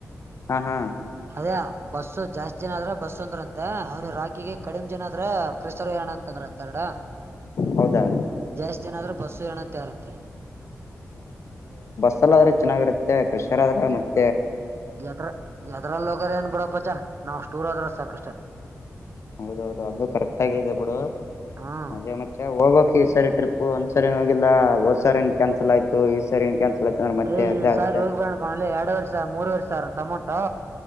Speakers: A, on the left; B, on the right.
A: ಹಾ ಹಾ
B: ಅದೇ ಬಸ್ಸ ಜಾಸ್ತಿ ಜನ ಆದ್ರೆ ಬಸ್ ಅಂದ್ರಂತ ಅವ್ನ ರಾಕಿಗೆ ಕಡಿಮ ಜನ ಆದ್ರ ಕ್ರೇಷರು ವಯನ ಅಂದ್ರಂತ ಎರಡ <unintelligible>
A: ಹೌದಾ
B: ಜಾಸ್ತಿ ಜನ ಆದ್ರ ಬಸ್ ವಯನ ಅಂತ ಎಲೆರಂತ.
A: ಸಲ್ ಆದ್ರೆ ಚೆನ್ನಾಗಿರುತ್ತೆ ಕ್ರಷರ್ ಆದ್ರೆ ಮತ್
B: ಯದ್ರ ಯದ್ರಲ್ಲ ಹೋಗಾರ ಏನ್ ಬಿಡಪಚಾ ನಾವು ಸ್ಟೂರ್ ಹೋದ್ರ ಸಾಕಷ್ಟ.
A: ಹೌದ ಹೌದು ಅದು ಕರೆಕ್ಟ್ ಆಗ ಇದೆ ಬಿಡು.
B: ಹ್ಮ್
A: ಅದೇ ಮತ್ತೆ ಹೋಗ್ಬೇಕ್ ಈ ಸರಿ ಟ್ರಿಪ್ ಒಂದ್ಸರಿ ಓಗಿಲ್ಲ ಓಡ್ಸರಿ ಕ್ಯಾನ್ಸಲ್ ಆಯ್ತು ಈ ಸರಿ ಕ್ಯಾನ್ಸಲ್ ಆಯ್ತು ಅಂದ್ರೆ ಮತ್ತೆ
B: ಏ ಈ
A: ಅದೇ ಆಗುತ್ತೆ
B: ಸಾರಿ ಹೋಗ್ ಬರಣಬಾಲೆ ಎರಡು ವರ್ಷ ಮೂರ್ವಾರಿ ಸಾವ್ರಾಂತ ಅಮ್ಮೌಂಟು